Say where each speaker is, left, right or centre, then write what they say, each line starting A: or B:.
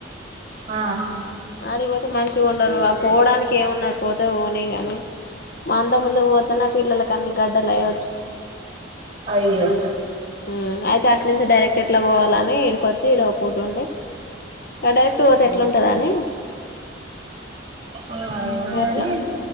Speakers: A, on the right; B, on the left.
A: ఆ
B: ఆడికిపోతే మంచిగా ఉండరు పోవడానికి ఏమున్నా పోతే ఓనీ గాని అంత ముందు పోతే నా పిల్లల కనీ గడ్డడా లేయ
A: అయో
B: మ్మ్ అయితే అట్ నుంచి డైరెక్ట్ ఎట్లా పోవాలా మే ఏడుకొచి ఇడో పూట్టుండీ డైరక్ పోతే ఎట్లా ఉంటుందని
A: అ ఏమో గానీ
B: అట్లా